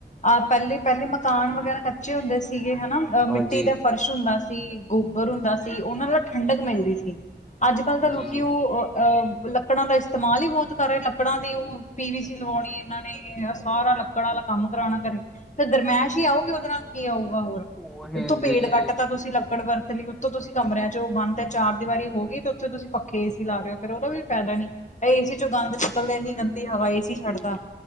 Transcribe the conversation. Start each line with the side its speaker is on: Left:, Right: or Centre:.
Left: ਆਹ ਪੈਲੇ, ਪੈਲੇ ਮਕਾਨ ਵਗੈਰਾ ਕੱਚੇ ਹੁੰਦੇ ਸੀਗੇ ਹੈਨਾ ਅਹ
Centre: ਹਾਂਜੀ
Left: ਮਿੱਟੀ ਦਾ ਫਰਸ਼ ਹੁੰਦਾ ਸੀ, ਗੋਬਰ ਹੁੰਦਾ ਸੀ, ਓਨਾ ਨਾਲ ਠੰਡਕ ਮਿਲਦੀ ਸੀ। ਅੱਜ-ਕੱਲ ਤਾਂ ਲੋਕੀ
Centre: ਜੀ ਜੀ
Left: ਓ ਅ ਅ ਲੱਕੜਾਂ ਦਾ ਇਸਤੇਮਾਲ ਈ ਬੋਤ ਕਰ ਰੇ, ਲੱਕੜਾਂ ਦੀ ਓ ਪੀ ਵੀ ਸੀ ਲਵਾਉਣੀ ਏਨਾਂ ਨੇ। ਏ ਐ ਸਾਰਾ ਲੱਕੜ ਆਲਾ ਕੰਮ ਕਰਾਣਾ ਘਰੇ ਤਾਂ ਗਰਮੈਸ਼ ਈ ਆਉਗੀ ਓਦੇ ਨਾਲ, ਕੀ ਆਊਗਾ ਹੋਰ।
Centre: ਉਹੀ
Left: ਉੱਤੋ
Centre: ਜੀ
Left: ਪੇੜ ਕੱਟ ਤਾ ਤੁਸੀਂ ਲੱਕੜ ਦਾ ਹੈਲੀ ਉਤੋਂ ਤੁਸੀਂ ਕਮਰਿਆਂ ਚੋਂ ਉਹ ਬੰਦ ਹੈ ਚਾਰ ਦੀਵਾਰੀ ਹੋ ਗਈ ਤੇ ਉੱਥੇ ਤੁਸੀਂ ਪੱਖੇ ਏ ਸੀ ਲਾ ਰਹੇ ਓ ਫੇਰ ਉਹਦਾ ਵੀ ਫਾਇਦਾ ਨੀ, ਆ ਏ ਸੀ ਚੋਂ ਗੰਦ ਨਿਕਲਦੇ ਇੰਨੀ ਗੰਦੀ ਹਵਾ ਏ ਸੀ ਛੱਡਦਾ